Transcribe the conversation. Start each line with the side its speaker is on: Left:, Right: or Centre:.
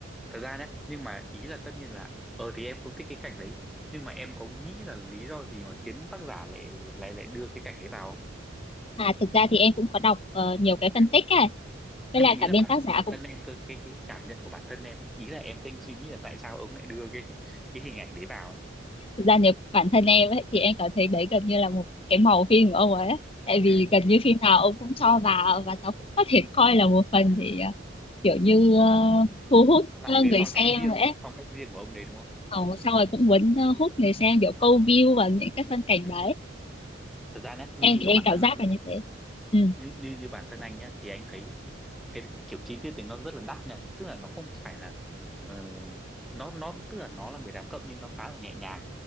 Centre: thật ra nhé nhưng mà ý là tất nhiên là ờ thì em không thích cái cảnh đấy nhưng mà em có nghĩ là lý do gì mà khiến tác giả lại lại lại đưa cái cảnh ấy vào không
Left: à thực ra thì em cũng có đọc ờ, nhiều cái
Centre: ừ.
Left: phân tích ấy với
Centre: nhưng
Left: lại
Centre: mà ý
Left: cả
Centre: là
Left: bên
Centre: bản
Left: tác giả
Centre: bản
Left: cũng
Centre: thân em cơ cái cái cảm nhận của bản thân em ấy ý là em đang suy nghĩ là tại sao ông lại đưa cái <laughs> cái hình ảnh đấy vào ấy
Left: thực ra nếu bản thân em ấy thì em cảm thấy đấy gần như là một cái màu phim của ông ấy ấy. tại
Centre: ừ.
Left: vì gần như phim nào ông cũng cho vào và nó cũng có thể coi là một phần
Centre: Ừ.
Left: thì ờ, kiểu như ờ,
Centre: Ừ.
Left: thu hút
Centre: nó là
Left: ờ,
Centre: một cái
Left: người
Centre: phong
Left: xem
Centre: cách riêng
Left: vậy ấy
Centre: phong cách riêng của ông đấy đúng không
Left: Ờ, xong rồi cũng muốn ờ, hút người xem kiểu câu view và những cái phân cảnh
Centre: ừ.
Left: đấy
Centre: thật ra nhé như
Left: em
Centre: như
Left: thì
Centre: của
Left: em
Centre: bản
Left: cảm
Centre: thân
Left: giác
Centre: anh nha
Left: là như thế ừ
Centre: như như như bản thân anh nhá thì anh thấy cái kiểu chi tiết thì nó rất là đắt nha tức là nó không phải là ờ, nó nó tức là nó là 18 cộng nhưng nó khá là nhẹ nhàng